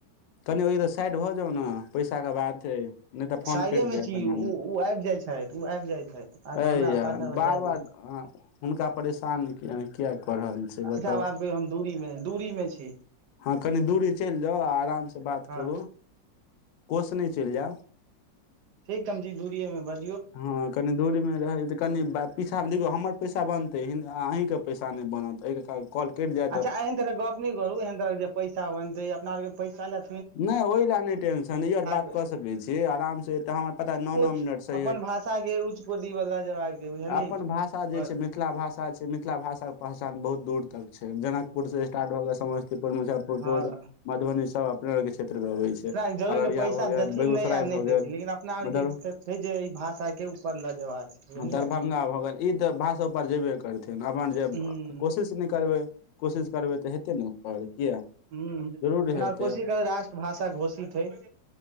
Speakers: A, on the left (about 80°); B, on the right (about 65°).
A: तनि ओहि तऽ स साइड भऽ जाउ न पैसा क बात है नहि तऽ फोन
B: साइडे
A: कटि
B: मे
A: जायत
B: छी
A: एनामे
B: उ उ आबि जाइ छथि ओ आबि जाइ छथि आगाँ
A: हय
B: हमरा
A: यार
B: पाछा पाछा
A: बार
B: आबि
A: बार
B: जाइ
A: हुनका परेशान किया किया क रहल छै बताउ
B: अच्छा आब आब कहियौ हम दूरी मे दूरी मे छी
A: हँ कनि दूरी चलि जाउ आ आराम से बात
B: हँ
A: करु कोस नहि चलि जाएब
B: ठीक हम जी दूरीए मे बस
A: हँ कनि दूरीमे रहै तऽ कनि बात पीछाँ देखिियौ हमर पैसा बनतै ह अहीँके पैसा नहि बनत एहिके कारण कॉल कटि जाइत
B: अच्छा एहन तरह गप्प नई करू एहन तरह पैसा बनते अपना और के पैसा ल
A: नहि ओहि ले नहि टेंशन ई आर बात
B: के
A: कऽ सकै छी आराम से एते हमर पता नओ
B: उच्च
A: नओ मिनट से
B: अपन भाषा के उच्च कोटि बला जबाक छै बुझलियै
A: अपन
B: की
A: भाषा जे
B: बस
A: से मिथिला भाषा छै मिथिला भाषा के पहचान बहुत दूर त छै जनकपुर से स्टार्ट भऽ कऽ समस्तीपुर मुजफ्फरपुर
B: हँ
A: मधुबनी सब अपन क्षेत्रमे आबि छै।
B: अपना जरूरी
A: अररिया
B: के पैसा
A: भऽ गेल,
B: देथिन
A: बेगूसराय
B: नहि या नहि
A: भऽ गेल
B: देथिन लेकिन अपना आरके
A: दरभंगा
B: छै जे ई भाषा के ऊपर लऽ जेयबाक छै बुझलियै
A: दरभंगा भ गेल ई तऽ भाषा ऊपर जेबे कर करथिन अपन। जँ
B: हूँ
A: कोशिश नहि करबै, तऽ किएक हेतै? कोशिश करबै तऽ हेतै ने। किया
B: ह
A: जरूर
B: अपना
A: हेतै
B: यर कोशिश करबे राष्ट्रभाषा घोषित हइ